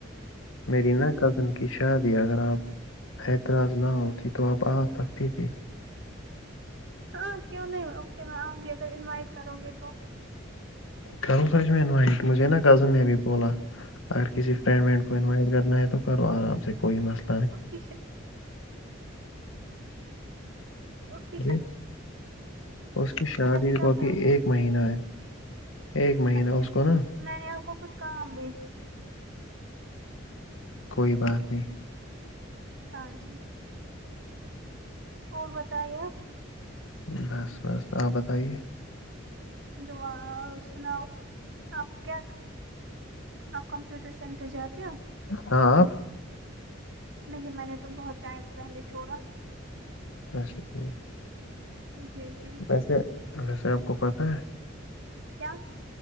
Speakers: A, on the left (about 85°); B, on the right (about 60°).
A: میری نا کزن کی شادی اگر آپ اعتراض نہ ہوتی تو اپ آ سکتی تھی
B: ہاں کیوں نہیں اوکے میں آؤں گی اگر انوائٹ کرو گے تو
A: کروں سر انوٹ مجھے نا کزن نے بھی بولا اگر کسی فرینڈ وڈ کو انوائٹ کرنا ہے تو کرو آام سے ک کوئی مسلہ
B: اس کی اس
A: ہے
B: کی ش
A: جی اس کی شادیر
B: شادی کب
A: کو
B: ہے
A: بھی
B: اس کی
A: ایک مہینہ ہے ایک مہینہ
B: اچھا
A: اس کو
B: ٹھیک
A: نا
B: میں نے آپ کو کچھ کام بھیجی تھی
A: کوئی بات نہیں
B: ہاں جی اور بتائیے
A: بس بس آپ بتائیے
B: دا اور سناؤ آپ کیا آپ کمپیوٹر سینٹر جاتے ہو
A: ہاں
B: نہیں میں نے تو بہت ٹائم پہلے چھوڑا
A: اچھا ٹھیک
B: جی جی
A: جیسے ویسے آپ کو پتاہ ہے
B: کیا